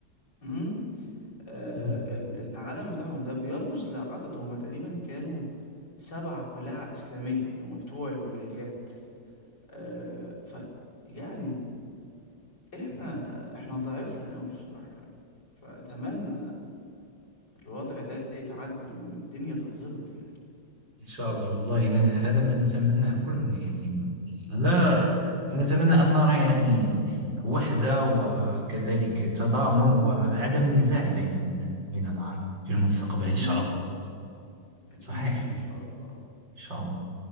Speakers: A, on the left (about 65°); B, on the right (about 70°).
A: مم. آه،
B: مم.
A: ال- العلم بتاعهم ده بيرمز لعدد هما تقريبا كانوا سبع قلاع إسلامية اللي هما بتوع الولايات آه، ف يعني احنا احنا ضعفنا قوي بصراحة يعني فأتمنى الوضع ده يتعدل وإن الدنيا تتظبط يعني
B: إن شاء الله والله ن- هذا ما نتمناه كلنا يعني لا نتمنى أن نرى يعني وحدة وكذلك تضامن وعدم نزاع بين ال- بين العرب في المستقبل
A: مم،
B: إن شاء الله
A: أكيد
B: صحيح
A: إن شاء الله
B: ان شاء الله